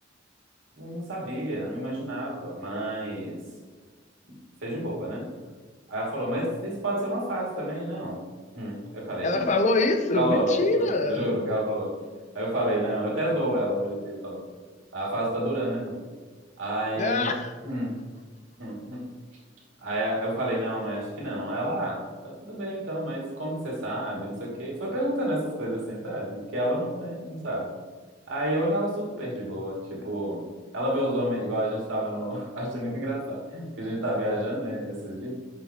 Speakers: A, on the right; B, on the left.
A: eu não sabia, não imaginava, mas fez de boba, né? Aí ela falou, mas isso pode ser uma fase também, não? Hum. Eu falei,
B: Ela falou isso?
A: Falou,
B: Mentira!
A: Hum, juro que ela falou. Aí eu falei, não, eu até zoo ela hoje em dia falando. A fase tá durando, né, mãe? Aí,
B: Ah,
A: hum, hum. Aí eu falei, não, mãe, acho que não. Aí Ela, ah, tá tudo bem então, mas como que você sabe? Não sei o quê. Foi perguntando essas coisas assim, sabe? Que ela não, né, não sabe. Aí hoje ela é super de boa, tipo, ela vê os homens, igual a gente tava no. <laughs> Achei muito engraçado. Que a gente tá viajando, né, esses dias.